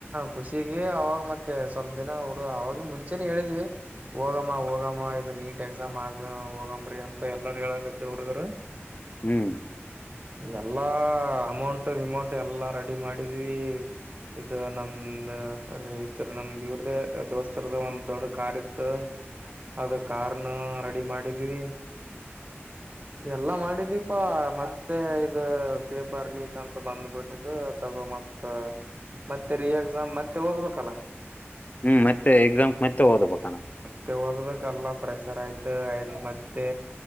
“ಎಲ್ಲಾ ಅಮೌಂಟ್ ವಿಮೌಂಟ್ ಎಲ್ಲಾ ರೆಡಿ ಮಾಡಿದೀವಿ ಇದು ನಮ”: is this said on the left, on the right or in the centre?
Right